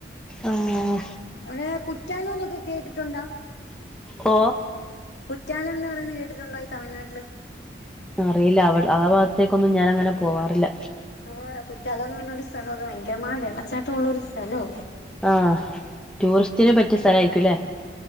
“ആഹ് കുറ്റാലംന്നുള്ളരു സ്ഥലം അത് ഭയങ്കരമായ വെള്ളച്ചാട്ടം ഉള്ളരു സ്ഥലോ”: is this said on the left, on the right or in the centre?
Left